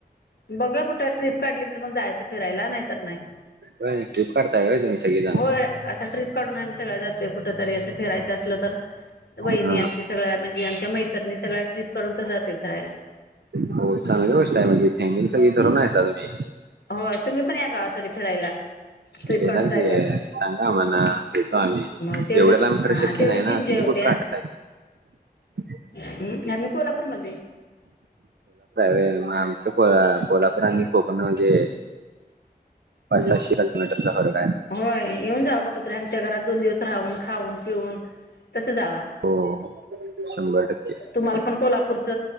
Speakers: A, on the left; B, on the right.
A: बघ कुठत. ट्रीप काढली तर मग जायचं फिरायला नाही तर नाही.
B: होय ट्रिप करताय होय तुम्ही सगळेजण
A: <inaudible> होय अस ट्रिप काढून आमी सगळ्या जातो. ते कुठ? तरी असं फिरायचं असलं तर वहिणी
B: हा
A: आमची सगळ्या म्हणजे आमच्या मैतरनीच. सगळ्या ट्रीप करून तर जाते फिरायला.
B: हो चांगली गोष्ट फॅमिली, फॅमिली सगळी तरुण हाईसा तुम्ही.
A: हो तुम्ही पण या कवा तरी फिरायला. ट्रिप
B: येणार
A: काढून जाऊया
B: की
A: आपण
B: सांगा आमांणा येतो आम्ही
A: मग तेवढीच
B: एवढ्या लांब खरं
A: हा
B: शक्य
A: तेवढीच
B: नाही हाय
A: एन्जॉय
B: ह. ना तुम्ही
A: होत्या
B: कुठ राहताय? <inaudible>
A: हम्म आमी कोल्हापूरमध्ये. <inaudible>
B: ते म आमचं कोला-कोल्हापूर आणि कोकण मजे पा-साशे <unintelligible>
A: होय येऊन जावा कुठतरीे आमच्या घरात दोन दिवस राहून, खाऊन, पिऊन. तस जावा.
B: हो हो, शंभर टक्के
A: तुम्हाला पण कोल्हापूरच